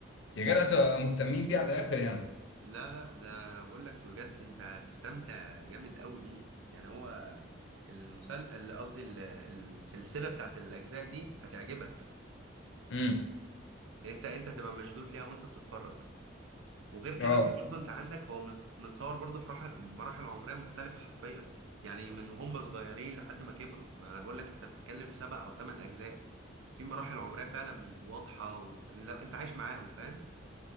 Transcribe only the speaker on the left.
يا جدع ده مهتمين بيه على الاخر يعني
امم
اه